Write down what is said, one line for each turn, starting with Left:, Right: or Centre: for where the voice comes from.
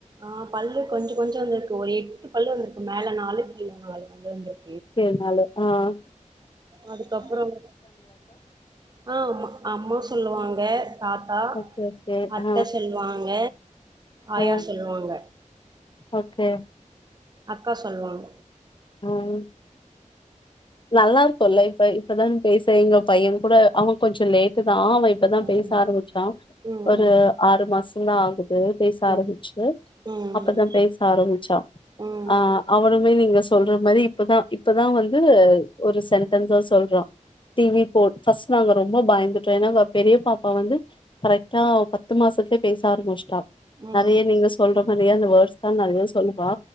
Right: ஆஹ் பல்லு கொஞ்ச கொஞ்ச வந்திருக்கு ஒரு எட்டு பல்லு வந்திருக்கு மேல நாலு கீழ நாலு பல்லு வந்துருக்
Left: மேல நாலு ஆஹ்
Right: அதுக்கப்பறம் ஆஹ்ம்மா அம்மா சொ சொல்லுவாங்க தாத்தா
Left: ஓகே ஓகே
Right: அத்தை
Left: ஆ
Right: சொல்வாங்க ஆயா
Left: ஆ
Right: சொல்வாங்க
Left: ஓகே
Right: அக்கா சொல்வாங்க
Left: ம் நல்லா இருக்குல்ல இப்ப இப்பதான் பேச எங்க பைய கூட அவ கொஞ்ச லேட்டு தா ஆ அவ இப்பதா
Right: ம்
Left: பேச ஆரம்பிச்சா
Right: ம்
Left: ஒரு ஆறு மாசந்தா ஆகுது எப்பவே பேச
Right: ம்
Left: ஆரம்பிச்சு
Right: ம்
Left: அப்பதா பேச ஆரம்பிச்சா
Right: ம்
Left: ஆஹ் அவனுமே நீங்க சொ சொல்ற மாரி இப்பதா இப்பதா வந்து ஒரு சென்டன்சா சொல்றா டி வி போட் ஃபஸ்ட் நாங் ரொம்ப பயந்துட்ட ஏனா இவ பெரிய பாப்பா வந்து கரெக்ட்டா பத்து மாசத்துலே பேச ஆரம்பிச்சுட்டா
Right: ம்
Left: நெறைய நீங்க சொல்ற மாதிரியே அந்த வேர்டு ஆ நெறைய சொல்லுவா